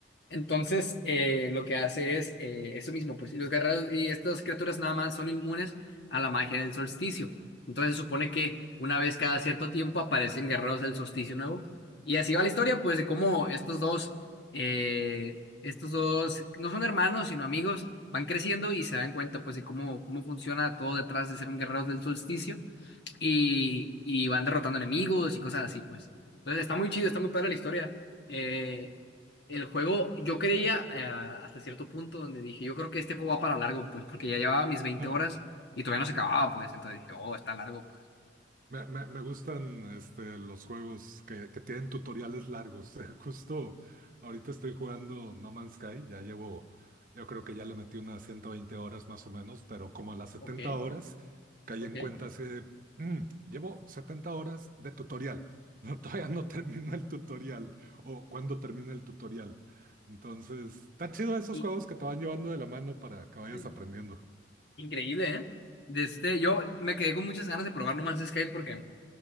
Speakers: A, on the left; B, on the right.
A: Entonces, eh, lo que hace es eh, eso mismo, pues, y los guerreros y estas criaturas nada más son inmunes a la magia del solsticio. Entonces, supone que una vez cada cierto tiempo aparecen guerreros del solsticio nuevo. Y así va la historia, pues, de cómo estos dos, eh, estos dos, no son hermanos, sino amigos, van creciendo y se dan cuenta, pues, de cómo, cómo funciona todo detrás de ser un guerrero del solsticio. Y, y van derrotando enemigos y cosas así, pues. Entonces, está muy chido, está muy padre la historia. Eh, el juego, yo creía eh, hasta cierto punto donde dije, yo creo que este juego va para largo, pues, porque ya llevaba mis 20
B: <laughs>
A: horas y todavía no se acababa, pues, entonces dije, oh, está largo, pues.
B: Me, me- me gustan este, los juegos que, que tienen tutoriales largos. <laughs> Justo ahorita estoy jugando No Man's Sky, ya llevo, yo creo que ya le metí unas 120 horas más o menos, pero como a las setenta
A: Ok,
B: horas caí
A: ok.
B: en cuenta hace, "Mm, llevo 70 horas de tutorial, <laughs> todavía no termino el tutorial o cuando termina el tutorial. Entonces, está chido esos
A: Y
B: juegos que te van llevando de la mano para que vayas
A: <clears throat>
B: aprendiendo.
A: increíble, ¿eh? De este, yo me quedé con muchas ganas de probar nomás sky porque